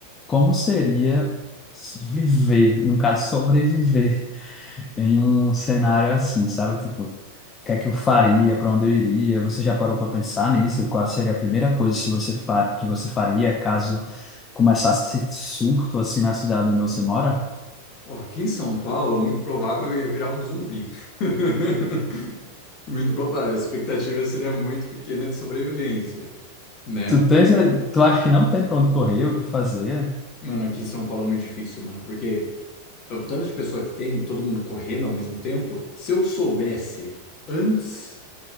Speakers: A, on the left; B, on the left.
A: como seria viver, no caso, sobreviver em um cenário assim, sabe? Tipo, o que é que eu faria, para onde eu iria? Você já parou para pensar nisso? Qual seria a primeira coisa se você fa que você faria caso começasse esse surto assim na cidade onde você mora?
B: Ó, aqui em São Paulo, muito provável eu ia virar um zumbi. <laughs> Muito provável, a expectativa seria muito pequena de sobrevivência, né?
A: Tu tens, tu acha que não tem para onde correr, o que fazer?
B: Mano, aqui em São Paulo é muito difícil, mano, porque é o tanto de pessoa que tem, todo mundo correndo ao mesmo tempo. Se eu soubesse antes.